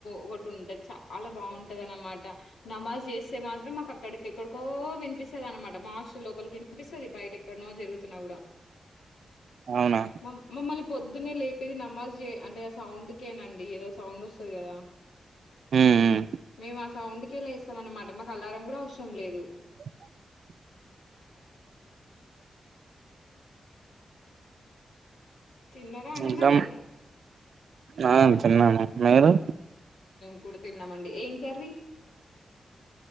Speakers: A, on the left; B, on the right.
A: ఒకటి ఉంటది చాలా బాగుంటది అనమాట నమాజ్ చేస్తే మాత్రం మాకు అక్కడికిక్కడికో ఓ వినిపిస్తుంది అనమాట మా హస్టల్ లోపలికి వినిపిస్తుంది బయట ఎక్కడనో జరుగుతుంది న్నా కూడా
B: అవునా
A: మ మమ్మల్ని పొద్దునే లేపేది నమాజ్ అంటే ఆ సౌండ్కేనండి ఏదో సౌండ్ వస్తుంది కదా
B: మ్మ్ మ్మ్
A: మేము ఆ సౌండ్కికే లేస్తాం అన్నమాట మాకు అలారం కూడా అవసరం లేదు
B: <inaudible>
A: తిన్నారా అండి
B: ఇక
A: మరి
B: ఆ <inaudible> మీరు
A: కూడు తిన్నామండి ఏం కర్రి <inaudible>